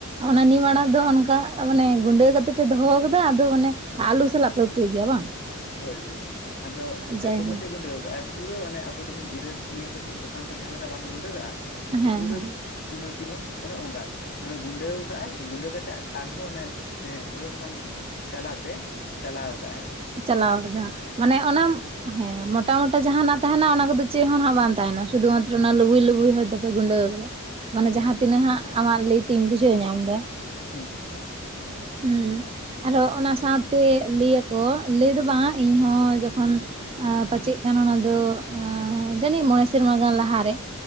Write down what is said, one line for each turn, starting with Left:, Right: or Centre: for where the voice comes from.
Right: ᱚᱱᱟ ᱱᱤᱢ ᱟᱲᱟᱜ ᱫᱚ ᱚᱱᱠᱟ ᱢᱟᱱᱮ ᱜᱩᱸᱰᱟᱹ ᱠᱟᱛᱮᱫ ᱯᱮ ᱫᱚᱦᱚᱠᱟᱫᱟ ᱟᱫᱚ ᱚᱱᱮ ᱟᱞᱩ ᱥᱟᱞᱟᱜ ᱯᱮ ᱩᱛᱩᱭ ᱜᱮᱭᱟ ᱵᱟᱝ
Left: ᱦᱳᱭ ᱦᱳᱭ ᱟᱫᱚ
Right: ᱡᱟᱭᱦᱳᱠ
Left: ᱮᱛᱚ ᱢᱚᱸᱡᱮ ᱜᱩᱰᱟᱹᱣ ᱠᱟᱜ-ᱟᱭ ᱯᱩᱨᱟᱹ ᱟᱱᱮ ᱟᱵᱚ ᱡᱚᱠᱷᱚᱱ ᱡᱤᱨᱟᱹ ᱫᱷᱩᱱᱤᱭᱟᱹ ᱠᱚ ᱪᱮ ᱥᱟᱥᱟᱝ ᱠᱚ ᱡᱟᱦᱟᱸ ᱞᱮᱠᱟ ᱵᱟᱝᱠᱚ ᱜᱩᱸᱰᱟᱹᱜ ᱠᱟᱜᱼᱟ
Right: ᱦᱮᱸ
Left: ᱯᱩᱨᱟᱹ
Right: ᱦᱮᱸ
Left: ᱯᱤᱱᱳ ᱯᱤᱱᱳ ᱚᱱᱮ ᱚᱱᱠᱟ ᱚᱱᱮ ᱜᱩᱰᱟᱹᱣ ᱠᱟᱜ-ᱟᱭ ᱜᱩᱰᱟᱹ ᱠᱟᱛᱮᱜ ᱟᱨᱦᱚᱸ ᱚᱱᱮ ᱦᱩᱲᱩ ᱦᱚᱞᱚᱝ ᱪᱟᱞᱟ ᱛᱮ ᱪᱟᱞᱟᱣ ᱠᱟᱜ-ᱟᱭ
Right: ᱪᱟᱞᱟᱣ ᱠᱟᱫᱟ ᱢᱟᱱᱮ ᱚᱱᱟᱢ ᱦᱮᱸ ᱢᱚᱴᱟ ᱢᱚᱴᱟ ᱡᱟᱦᱟᱸᱱᱟᱜ ᱛᱟᱦᱮᱱᱟ ᱚᱱᱟ ᱠᱚᱫᱚ ᱪᱮᱫ ᱦᱚᱸ ᱱᱟᱜ ᱵᱟᱝ ᱛᱟᱦᱮᱱᱟ ᱥᱩᱫᱩ ᱢᱟᱛᱨᱚ ᱚᱱᱟ ᱞᱩᱵᱩᱭ ᱞᱵᱩᱭ ᱦᱚᱭᱛ ᱛᱚᱯᱮ ᱜᱩᱸᱰᱟᱹᱣ ᱠᱟᱫᱟ ᱢᱟᱱᱮ
Left: ᱦᱮᱸ
Right: ᱡᱟᱦᱟᱸ
Left: ᱦᱮᱸ
Right: ᱛᱤᱱᱟᱹᱜ ᱦᱟᱸᱜ ᱟᱢᱟᱜ ᱞᱟᱹᱭᱛᱤᱧ ᱵᱩᱡᱷᱟᱹᱣ ᱧᱟᱢ ᱫᱟ
Left: ᱦᱩᱸ
Right: ᱦᱩᱸ ᱟᱨᱦᱚ ᱚᱱᱟ ᱥᱟᱶᱛᱮ ᱞᱟᱹᱭᱟᱠᱚ ᱞᱟᱹᱭ ᱫᱚ ᱵᱟᱝ ᱤᱧ ᱦᱚᱸ ᱡᱚᱠᱷᱚᱱ ᱯᱟᱪᱮᱜ ᱠᱟᱱᱟ ᱚᱱᱟ ᱫᱚ ᱡᱟᱹᱱᱤᱡ ᱢᱚᱬᱮ ᱥᱮᱨᱢᱟ ᱜᱟᱱ ᱞᱟᱦᱟᱨᱮ